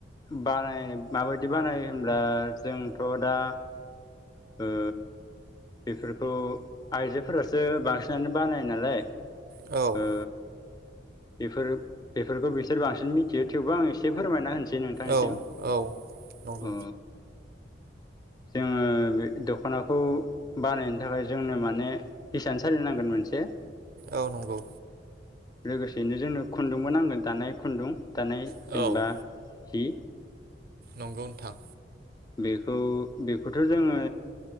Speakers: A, on the left; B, on the right.
A: बानाय माबायदि बानायो होनब्ला जोंथ' दा ओ बेफोरखौ आइजोफोरासो बांसिनानो बानायो नालाय
B: औ
A: ओ बेफोर बेफोरखौ बिसोर बांसिन मिथियो थेवबो आं एसे फोरमायना होनसै नोंथांनिसिम
B: औ औ नंगौ
A: अ जोङो बे दख'नाखौ बानायनो थाखाय जोंनो माने हिसान सालि नांगोन मोनसे
B: औ नंगौ
A: लोगोसेयैनो जोंनो खुन्दुंबो नांगोन दानाय खुन्दुं दानाय
B: औ
A: जेनेबा हि
B: नंगौ नोंथां
A: बेखौ बेखौथ' जोङो